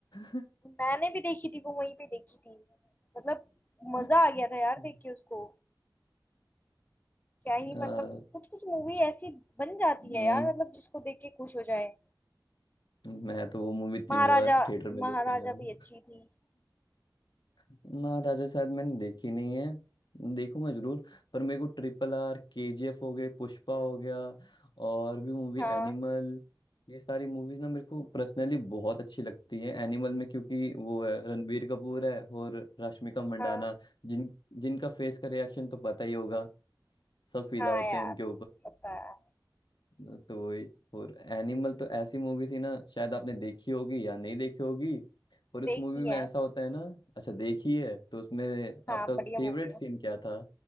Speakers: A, on the left; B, on the left.
A: था
B: मैंने भी देखी थी वो वहीं पे देखी थी मतलब मजा
A: <laughs>
B: आ गया था यार देख के उसको क्या ही
A: आ,
B: मतलब कुछ कुछ मूवी ऐसी बन जाती
A: हम्म,
B: है यार मतलब जिसको देख के खुश हो जाए
A: मैं तो वो मूवी तीन
B: महाराजा
A: बार थिएटर में
B: महाराजा
A: देख के आया
B: भी अच्छी थी
A: महाराजा शायद मैंने देखी नहीं है देखूंगा जरूर पर मेरे को ट्रिपल आर केजीएफ हो गए पुष्पा हो गया और भी मूवी
B: हाँ
A: एनिमल ये सारी मूवीज ना मेरे को पर्सनली बहुत अच्छी लगती है एनिमल में क्योंकि वो है रणबीर कपूर है और रश्मिका मंडाना
B: हाँ
A: जिन जिनका फेस का रिएक्शन तो पता ही होगा सब फिदा
B: हाँ
A: होते
B: यार
A: हैं उनके
B: पता है
A: न- तो वही और एनिमल तो ऐसी मूवी थी ना शायद आपने देखी होगी या नहीं देखी होगी और उस
B: देखी
A: मूवी में
B: है
A: ऐसा होता है ना अच्छा देखी है तो उसमें
B: हाँ
A: आपका
B: बढ़िया
A: फेवरेट
B: मूवी
A: सीन
B: है
A: क्या था